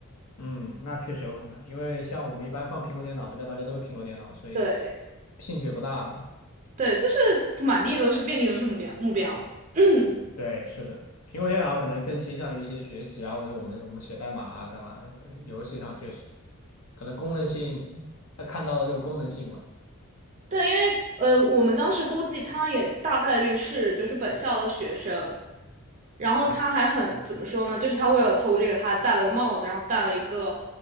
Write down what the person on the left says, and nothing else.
嗯，那确实有可能，因为像我们一般放苹果电脑，对吧？大家都是苹果电脑，所以
兴趣也不大了。
对，是的，苹果电脑可能更倾向于一些学习啊，或者我们我们写代码啊，干嘛的？对，游戏上确实可能功能性，他看到了这个功能性吧。